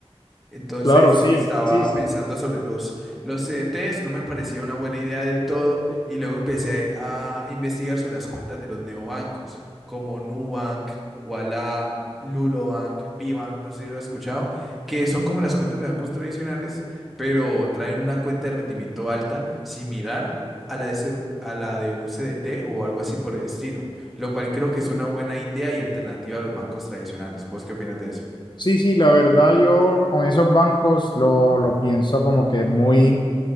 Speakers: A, in the centre; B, on the left.
A: Entonces
B: Claro, sí,
A: estaba
B: sí, sí.
A: pensando sobre los, los CDTs, no me parecía una buena idea del todo y luego empecé a investigar sobre las cuentas de los neobancos como Nubank, Ualá, Lulobank, Pibank, no sé si lo has escuchado, que son como las cuentas de bancos tradicionales, pero traen una cuenta de rendimiento alta similar a la de, ese- un- a la de un CDT o algo así por el estilo, lo cual creo que es una buena idea y alternativa a los bancos tradicionales. ¿Vos qué opinas de eso?
B: Sí, sí, la verdad yo con esos bancos lo, lo pienso como que muy...